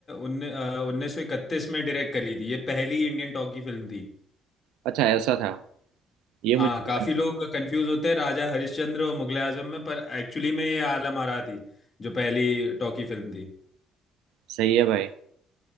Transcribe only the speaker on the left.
उन्ने उन्नीस सौ इकतीस में डायरेक्ट करी थी ये पहली इंडियन टॉकी फिल्म थी
हाँ
काफी
लोग कंफ्यूज होते हैं राजा हरिश्चंद्र और मुगले आजम में पर एक्चुअली में ये आलमरा थी जो पहली टॉकी फिल्म थी